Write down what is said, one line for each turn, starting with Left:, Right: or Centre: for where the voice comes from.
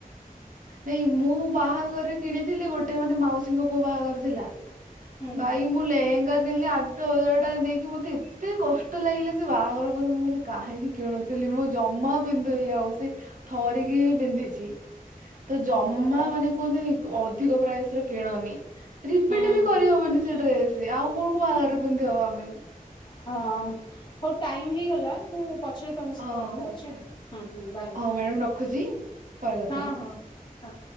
Right: ନାଇଁ ମୁଁ ବାହାଘର ରେ କିଣିଥିଲି ଗୋଟେ ମାନେ ମାଉସୀଙ୍କ ପୁଅ ବାହାଘର ଥିଲା।
Left: ହୁଁ
Right: ଭାଇ ମୁଁ ଲେହେଙ୍ଗା କିଣିଲି ଆଠ ହଜାର ଟଙ୍କା ଦେଇକି ମତେ ଏତେ କଷ୍ଟ ଲାଗିଲା ସେ ବାହାଘର ପରେ ମୁଁ କହିଲି କାହିଁକି କିଣୁଥିଲି। ମୁଁ ଜମା ପିନ୍ଧୁନି ଆଉ, ସେ ଥରିକି ହିଁ ପିନ୍ଧିଚି। ତ ଜମା
Left: ହଁ ବା
Right: ମାନେ କୁହନ୍ତିନି ଅଧିକ ପ୍ରାଇସ୍ ରେ କିଣନି। ରିପିଟ୍
Left: ହୁଁ
Right: ବି କରିହବନି ସେ ଡ୍ରେସ। ଆଉ କଣ କୋଉ ବାହାଘରରେ ପିନ୍ଧି ହବ ଆମେ।
Left: ହଁ, ହଉ ଟାଇମ ହେଇଗଲା। ମୁଁ ପଛରେ ତମ ସହିତ
Right: ହଁ
Left: କଥା
Right: ହଉ
Left: ହଉଚି ଆଉ। ହଁ, ହୁଁ ବାଏ।
Right: ହଉ ମ୍ୟାଡମ୍ ରଖୁଛି ପରେ କଥା
Left: ହଁ
Right: ହବା
Left: ହଁ। ହଁ।